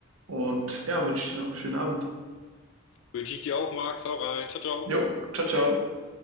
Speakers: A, on the right; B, on the left.
A: und ja, wünsche dir noch einen schönen Abend.
B: wünsche ich dir auch, Max, hau rein, ciao, ciao.
A: Jo, ciao, ciao.